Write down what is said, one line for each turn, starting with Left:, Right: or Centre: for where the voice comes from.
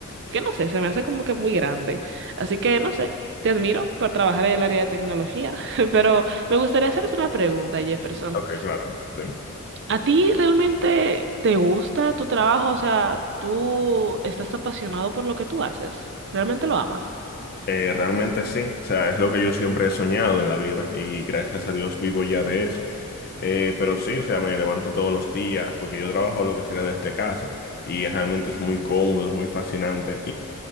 Right: que no sé, se me hace como que muy grande. Así que no sé, te admiro por trabajar en el área de tecnología, <laughs> pero me gustaría hacerte una pregunta, Jefferson.
Left: Ok, claro. Sí.
Right: ¿A ti realmente te gusta tu trabajo? O sea, ¿tú estás apasionado por lo que tú haces? ¿Realmente lo amas?
Left: Eh, realmente sí. O sea, es lo que yo siempre he soñado en la vida y gracias a Dios vivo ya de eso. Eh, pero sí, o sea, me levanto todos los días porque yo trabajo lo que sería desde casa y realmente es muy cómodo, es muy fascinante.